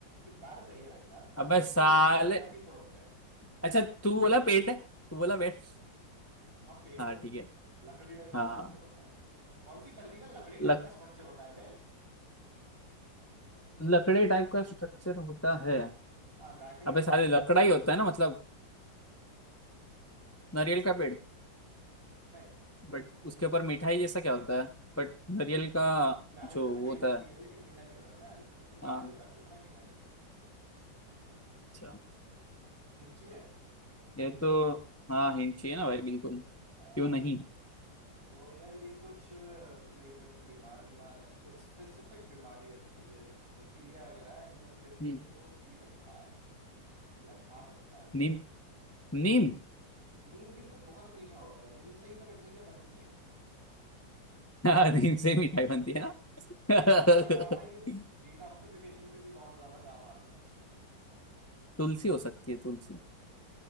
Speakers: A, on the right (about 45°); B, on the left (about 20°).
A: एक बात बताइए भाई साहब कौन
B: अबे
A: से
B: साले
A: पेड़ से आप बर्फी तोड़ते
B: अच्छा तू बोला पेट है तू बोला पेट
A: हाँ पेड़
B: हाँ ठीक है
A: लकड़ी टाइप का
B: हाँ
A: स्ट्रक्चर होता है कौन सी बर्फी का लकड़ी
B: लक,
A: टाइप का स्ट्रक्चर होता है बे
B: लकड़ी टाइप का स्ट्रक्चर होता है
A: हाँ गांठें भी
B: अबे
A: होती
B: साले
A: हैं
B: लकड़ा ही होता है ना मतलब नारियल का पेड़
A: नहीं
B: बट उसके ऊपर मिठाई जैसा क्या होता है बट नारियल का
A: नारियल
B: जो
A: से मिठाई
B: वो होता
A: बनती
B: है
A: है लेकिन मीठा नहीं होता ना मतलब
B: हाँ
A: मीठा भी होता है पर इतना मीठा नहीं होता
B: अच्छा
A: हिंट चाहिए
B: ये तो हाँ हिंट चाहिए ना भाई बिल्कुल
A: आ,
B: क्यों नहीं
A: तो यार ये कुछ लाइक अगर तू बीमार बीमार है कुछ स्पेसिफिक बीमारी है तुझे लाइक पीलिया वगैरह है, इन सब पे भी
B: हम्म,
A: तो पी सकता है या खा सकता है इसे
B: नीम नीम
A: नीम बिल्कुल बहुत मीठा होता है नीम से ही तो मिठाइयाँ बनती हैं
B: <laughs> हाँ नीम से मिठाई बनती है <laughs>
A: इसके अलावा ये डिटॉक्सिफिकेशन पे भी बहुत ज्यादा काम आता है
B: तुलसी हो सकती है तुलसी